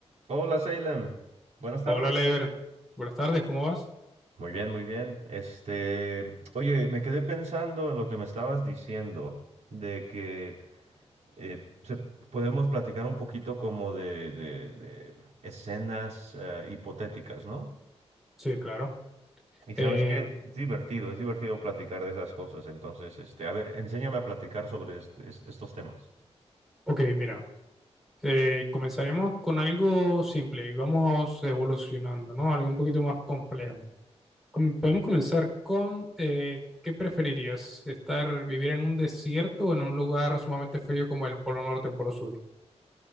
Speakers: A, on the right (about 80°); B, in the centre.
A: Hola, Salem. Buenas tardes.
B: Hola, Leiber. Buenas tardes, ¿cómo vas?
A: Muy bien, muy bien. Este, oye, me quedé pensando en lo que me estabas diciendo, de que eh, se- podemos platicar un poquito como de, de- de escenas eh, hipotéticas, ¿no?
B: Sí, claro.
A: Y sabes
B: Eh,
A: qué, es divertido, es divertido platicar de esas cosas. Entonces, este, a ver, enséñame a platicar sobre este- es- estos temas.
B: ok, mira, eh, comenzaremos con algo simple y vamos evolucionando, ¿no? Algo un poquito más complejo. Com- podemos comenzar con, eh, ¿qué preferirías? ¿Estar, vivir en un desierto o en un lugar sumamente frío como el Polo Norte o Polo Sur?